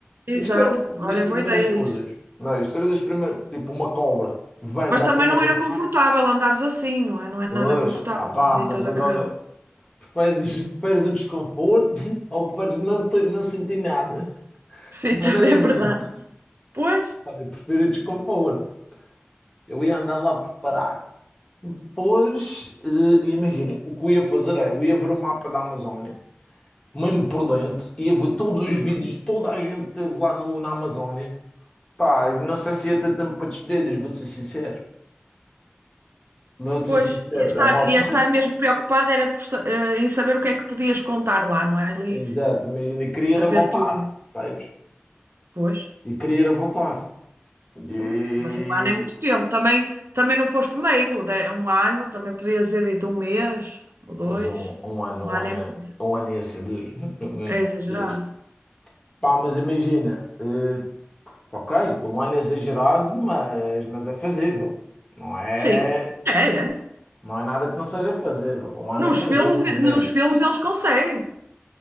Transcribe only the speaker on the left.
Isto era
das primeiras
coisas.
Não, é? isto era das primeiras, tipo, uma cobra. Vem,
dá-te
uma
dentada.
Pois,
ah pá,
mas
agora
preferes, <laughs> preferes o desconforto <laughs> ou preferes não, te- não sentir nada?
De
maneira
nenhuma.
<laughs>
Ah, Eu prefiro o desconforto. Eu ia andar lá preparado. Pois, eh, imagina, o que eu ia fazer é, eu ia ver o mapa da Amazónia, mesmo por dentro, ia ver todos os
vídeos, toda a gente que esteve lá no, na Amazónia. Pá, não sei se ia ter tempo para despedidas, vou-te ser sincero. Vou-te ser
sincero,
a malta...
<laughs>
Exato, imagina, eu queria era
voltar,
sabes?
E queria ir a voltar. E
pois um, um ano,
um ano,
um ano ia ser duro. <laughs> Muito
duro. Pá, mas imagina, eh, ok, um ano é exagerado, mas, mas é fazível. Não é,
não é nada que não seja fazível. Um ano
é fazível,
não é mesmo?